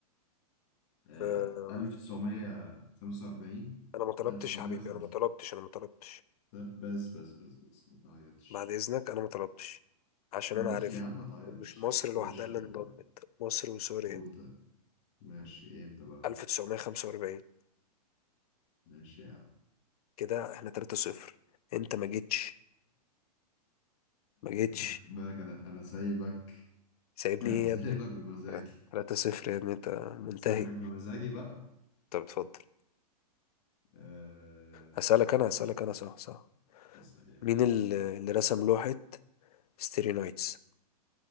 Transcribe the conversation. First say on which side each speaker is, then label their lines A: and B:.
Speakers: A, on the left; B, on the left.
A: آه...
B: أم،
A: 1945
B: انا ما طلبتش
A: 1905
B: يا حبيبي انا ما طلبتش انا ما طلبتش
A: طب بس بس بس بس ما تعيطش
B: بعد اذنك انا ما طلبتش عشان
A: ماشي
B: انا عارفها
A: يا عم ما تعيطش
B: ومش مصر
A: خش
B: لوحدها اللي
A: طيب
B: انضمت
A: قول
B: مصر وسوريا
A: قول طيب ماشي امتى بقى
B: 1945
A: ماشي يا عم
B: كده احنا 3-0 انت ما جيتش ما جيتش
A: خد بالك انا انا سايبك <laughs>
B: سايبني
A: انا
B: ايه
A: سايبك
B: يا ابني
A: بمزاجي
B: 3 صفر يا ابني انت منتهي
A: سايبك بمزاجي بقى
B: طب اتفضل
A: أه...
B: هسألك انا هسألك
A: اتفضل
B: انا صح صح
A: اسأل يعني
B: مين ال- اللي رسم لوحة ستيري نايتس